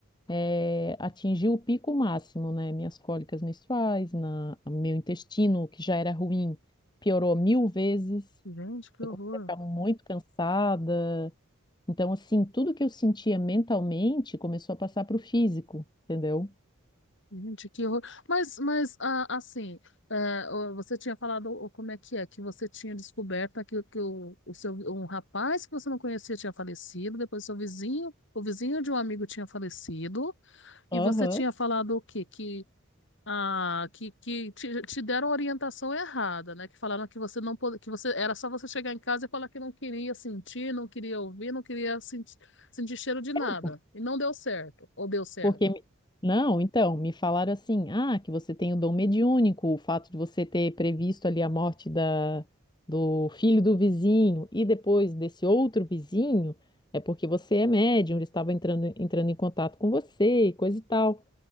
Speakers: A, on the left; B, on the left.
A: eh, atingiu o pico máximo, né? Minhas cólicas menstruais, na... meu intestino, que já era ruim, piorou mil vezes.
B: gente, que
A: Eu
B: horror.
A: comecei a ficar muito cansada. Então, assim, tudo que eu sentia mentalmente começou a passar para o físico, entendeu?
B: Gente, que horror. Mas, mas ah, assim, é, o- você tinha falado o- como é que é, que você tinha descoberto que, que o, o seu, um rapaz que você não conhecia tinha falecido, depois seu vizinho, o vizinho de um amigo tinha falecido, e
A: Aham.
B: você tinha falado o quê? Que, ah, que, que te, te deram orientação errada, né? Que falaram que você não pod... que você era só você chegar em casa e falar que não queria sentir, não queria ouvir, não queria sentir, sentir cheiro de nada.
A: É, por-
B: E não deu certo, ou deu certo.
A: porque. me- Não, então, me falaram assim: ah, que você tem o dom mediúnico, o fato de você ter previsto ali a morte da, do filho do vizinho e depois desse outro vizinho, é porque você é médium, ele estava entrando, entrando em contato com você, e coisa e tal.